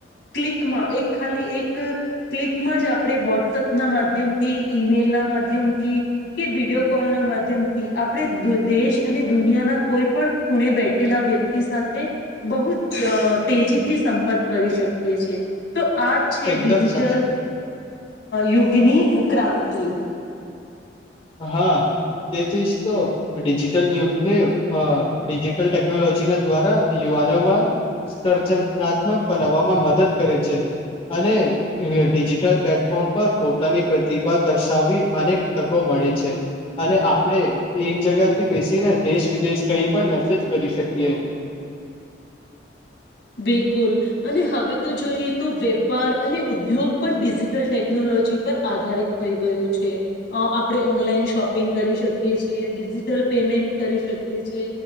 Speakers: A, on the left; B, on the left.
A: ક્લિકમાં એક ખાલી એક ક્લિક એક જ આપણે વોટ્સપ ના માધ્યમ થી ઈમેલ ના માધ્યમથી કે વિડીયો કોલ ના માધ્યમ આપણે દેશ અને દુનિયાના કોઈ પણ ખૂણે બેઠેલા વ્યક્તિ સાથે બહુ જ તેજી થી સંપર્ક કરી શકીએ છે. તો આ છે
B: એકદમ
A: ડિજિટલ
B: સાચી
A: યોગની ક્રાંતિ.
B: હા. તેથી જ તો ડિજિટલ યુગને અ ડિજિટલ ટેકનોલોજી ના દ્વારા નોમાં સર્જનાત્મક બનાવવામાં મદદ કરે છે. અને ડિજિટલ પ્લેટફોર્મ પર પોતાની પ્રતિભા દર્શાવવી અનેક મળે છે. અને આપણે એક જગાથી બેસીને દેશ વિદેશ કઈ પણ મેસેજ કરી શકીએ.
A: <unintelligible> બિલકુલ અને હવે તો જોઈએ તો વેપાર અને ઉદ્યોગ પણ ડિજિટલ ટેકનોલો જી પર આધારીત થઈ ગયું છે અ આપણે ઓનલાઈન શોપિંગ કરી શકીએ છે ડિજિ ટલ પેમેન્ટ કરી શકીએ છે